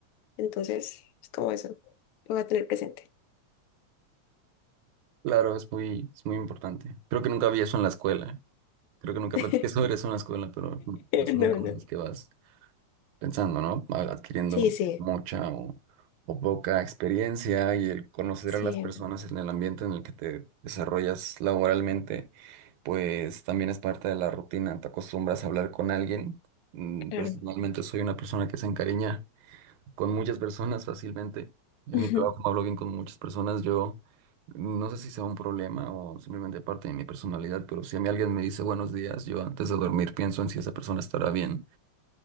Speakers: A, on the left (about 80°); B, on the right (about 85°).
A: Entonces, es como eso. Lo voy a tener presente.
B: Claro, es muy, es muy importante. Creo que nunca vi eso en la escuela. Creo que nunca
A: <laughs>
B: platiqué <laughs> sobre eso en la escuela, pero pues son
A: No,
B: cosas
A: no.
B: que vas pensando, ¿no? Al- Adquiriendo
A: Sí, sí,
B: mucha o, o poca experiencia y el conocer
A: sí,
B: a las personas en el ambiente en el que te desarrollas laboralmente, pues también es parte de la rutina. Te acostumbras a hablar con alguien. Mm,
A: claro.
B: Personalmente soy una persona que se encariña con muchas personas fácilmente. En
A: <laughs>
B: mi trabajo, como hablo bien con muchas personas, yo no sé si sea un problema o simplemente parte de mi personalidad, pero si a mí alguien me dice buenos días, yo antes de dormir pienso en si esa persona estará bien.